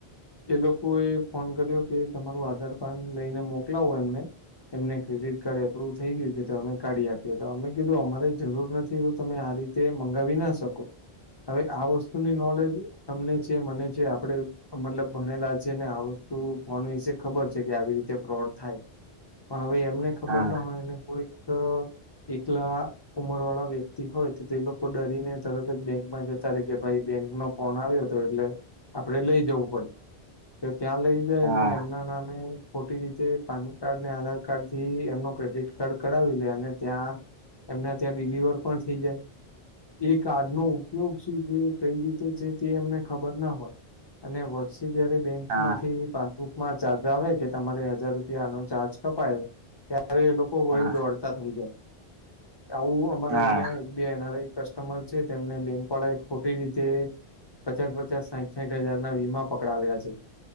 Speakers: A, on the left (about 35°); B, on the right (about 70°).
A: એ લોકો એ ફોન કર્યો કે તમારું આધાર કાર્ડ લઈને મોકલાવો એમને. એમને ક્રેડિટ કાર્ડ એપ્રુવ થઈ ગયું છે તો અમે કાઢી આપીએ હતા અમે કીધું અમારે જરૂર નથીું તમે આ રીતે તે મંગાવી ના શકો હવે આ વસ્તુની નોલેજ તમને છે મને જે આપણે મતલબ ભણેલા છે ને આ વસ્તુ ફોન વિશે ખબર છે કે આવી રીતે ફ્રોડ થાય. પણ હવે એમને ખબર
B: હા
A: ના હોય ને કોઈક એકલા ઉંમર વાળા વ્યક્તિ હોય તો તે લોકો ડરીને તરત જ બેંકમાં જતા રે કે ભાઈ બેંક નો ફોન આવ્યો તો એટલે આપડે લઈ જવું પડે તો ત્યાં લઈ જાય
B: હા
A: અને એમના નામે ખોટી રીતે પાન કાર્ડ ને આધાર કાર્ડ થી એમનો ક્રેડિટ કાર્ડ કરાવી લે અને ત્યાં એમને ત્યાં ડડીલિવર પણ થઇ જાય. એ કાર્ડનો ઉપયોગ છે જે કઈ રીતે છે તે એમને ખબર ના હોય અને વર્ષ જયારે બેંક
B: હા
A: માંથી પા ચાર્જ આવે કે તમારે હજાર રૂપિયાનો ચાર્જ કપાય ત્યારે એ લોકો વહી
B: હા
A: દોડ થઈ જાય આવું અમારે
B: હા
A: અહિયાં. બે એનઆરઆઈ કસ્ટમર છે તેમને બેંક વાળા ખોટી રીતે. પચાસ પચાસ સાઠ સાઠ હજાર ના વીમા પકડાવ્યા છે.